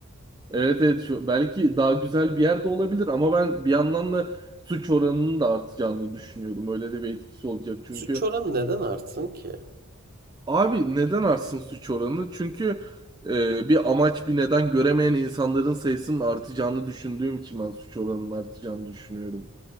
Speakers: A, on the right; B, on the right.
A: Evet evet şu, belki daha güzel bir yerde olabilir ama ben bir yandan da suç oranının da artacağını düşünüyorum. Öyle de bir etkisi olacak. Çünkü
B: Suç oranı neden artsın ki?
A: abi neden artsın suç oranı? Çünkü e, bir amaç bir neden göremeyen insanların sayısının artacağını düşündüğüm için ben suç oranının artacağını düşünüyorum